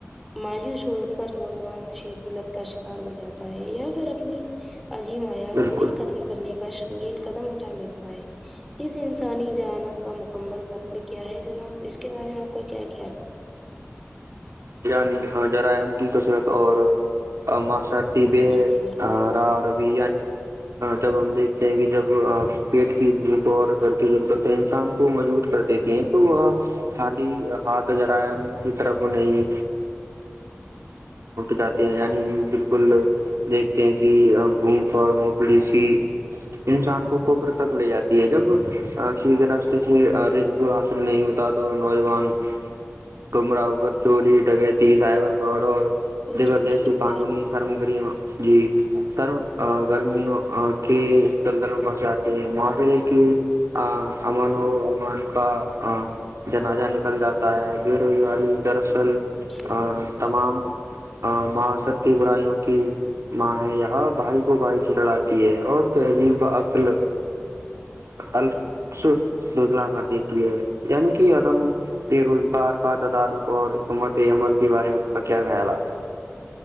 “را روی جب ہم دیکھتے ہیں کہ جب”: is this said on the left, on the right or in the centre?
Right